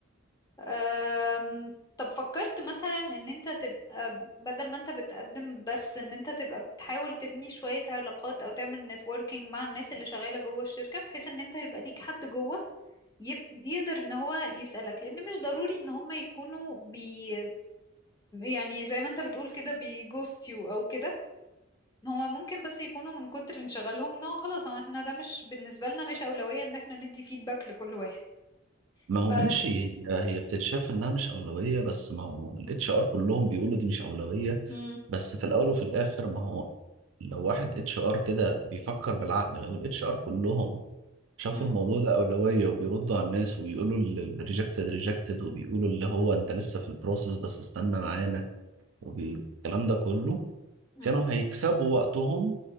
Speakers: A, on the left; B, on the right.
A: أم، طب فكرت مثلا ان انت تبقى بدل ما انت بتقدم بس ان انت تبقى بتحاول تبني شوية علاقات او تعمل نتوركينج مع الناس اللي شغالة جوه الشركة بحيث ان انت يبقى ليك حد جوه يب... يقدر ان هو يسألك لان مش ضروري ان هم يكونوا بي يعني زي ما انت بتقول كده بيجوست يو او كده هما ممكن بس يكونوا من كتر انشغالهم ان هو خلاص هو احنا ده مش بالنسبة لنا مش أولوية ان احنا ندي فيدباك لكل واحد
B: ما هو
A: ف
B: ماشي هي هي بتتشاف انها مش اولوية بس ما هو الاتش ار كلهم بيقولوا دي مش اولوية
A: مم.
B: بس في الاول وفي الاخر ما هو لو واحد اتش ار كده بيفكر بالعقل لو الاتش ار كلهم شافوا
A: مم.
B: الموضوع ده أولوية وبيردوا على الناس وبيقولوا الريجكتد ريجكتد وبيقولوا اللي هو أنت لسه في البروسيس بس استنى معانا والكلام ده كله
A: مم.
B: كانوا هيكسبوا وقتهم